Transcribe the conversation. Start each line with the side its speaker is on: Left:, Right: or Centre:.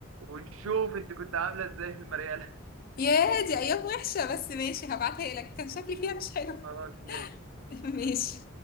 Right: ونشوف انت كنت عامله ازاي في المريال
Left: ياه دي ايام وحشه بس ماشي هبعتها لك كان شكلي فيها مش حلو
Right: خلاص ماشي
Left: <laughs> ماشي
Right: ماشي